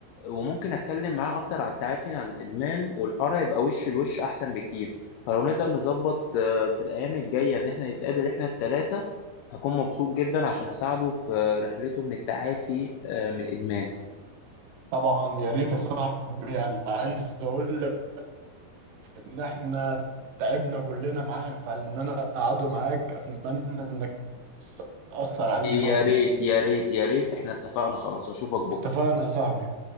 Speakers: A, on the left; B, on the right.
A: وممكن اتكلم معاه اكتر على التعافي عن الادمان والحوار هيبقى وش لوش احسن بكتير فلو نقدر نظبط آه، في الايام الجايه ان احنا نتقابل احنا التلاتة هكون مبسوط جدا عشان اساعده في رحلته من التعافي آه، من الادمان
B: طبعا يا ريت يا صاحبي انا عايز اقول لك ان احنا تعبنا كلنا معاه فان انا اقعده معاك اتمنى انك تاثر عليه شويه
A: يا ريت
B: يعني
A: يا ريت يا ريت احنا اتفقنا خلاص اشوفك بكره
B: اتفقنا يا صاحبي